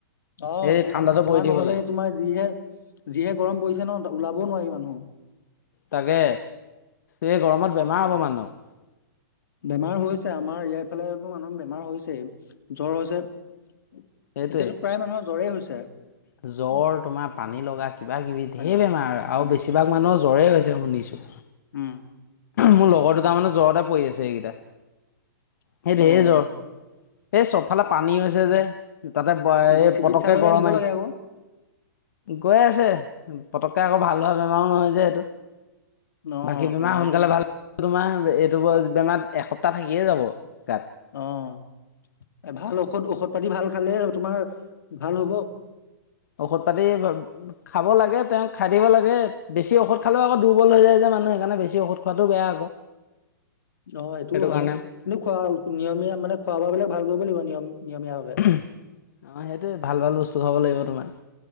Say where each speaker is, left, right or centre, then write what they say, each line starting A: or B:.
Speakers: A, on the left; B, on the left.
A: অহ,
B: এই
A: তোমাৰ,
B: ঠাণ্ডাটো
A: তোমাৰ
B: পৰি থাকিব
A: নহ'লে
B: লাগে
A: তোমাৰ যিহে, যিহে গৰম পৰিছে ন ওলাবও নোৱাৰি ইমান। নো।
B: তাকে, এই গৰমত বেমাৰ হ'ব মানুহৰ।
A: বেমাৰ হৈছে, আমাৰ ইয়াৰফালে মানুহ বেমাৰ হৈছেই জ্বৰ হৈছে। এতিয়াতো
B: সেইটোৱে
A: প্ৰায় মানুহৰ জ্বৰেই হৈছে।
B: জ্বৰ তোমাৰ পানী লগা কি কিবাকিবি
A: পানী
B: ঢেৰ
A: লগা
B: বেমাৰ আৰু
A: উম
B: বেছিভাগ মানুহৰ জ্বৰে হৈছে শুনিছোঁ।
A: উম
B: মোৰ লগৰ দুটা তাৰমানে জ্বৰতে পৰি আছে এইকেইটা।
A: অ'।
B: সেই ঢেৰ জ্বৰ এই চবফালে পানী হৈছে যে, তাতে
A: চিকি
B: এই
A: চিকিৎসালয়লৈ
B: পতককে গৰম
A: নিব
B: আহিছে।
A: লাগে আকৌ
B: গৈ আছে, পতককে আকৌ ভাল ভোৱা বেমাৰো নহয় যে এইটো।
A: অ
B: বাকী বেমাৰ
A: তোমাৰ
B: সোনকালে
A: এইটো
B: ভাল, তোমাৰ এইটো বেমাৰ এসপ্তাহ থাকিয়ে যাব। গাত
A: অ', ভাল ঔষধ ঔষধ পাতি ভাল খালে তোমাৰ, ভাল হ'ব।
B: ঔষধ পাতি খাব, লাগে তেওঁক খাই দিব লাগে বেছি ঔষধ খালেও আকৌ দুৰ্বল হৈ যায় যোন। মানুহ সকাৰণেছিঔষধ খোৱাটো বেয়া আকৌ।
A: অ' সেইটোও
B: সেইটো
A: হয়,
B: কাৰণে
A: কিন্তু খোৱা নিয়মীয়া মানে খোৱা বোৱাাবলাক ভাল কৰিব লাগিব নিয়ম নিয়মীয়া ভাৱে
B: অ' সেইটোৱে ভাল ভাল বস্তু খাব লাগিব তোমাৰ।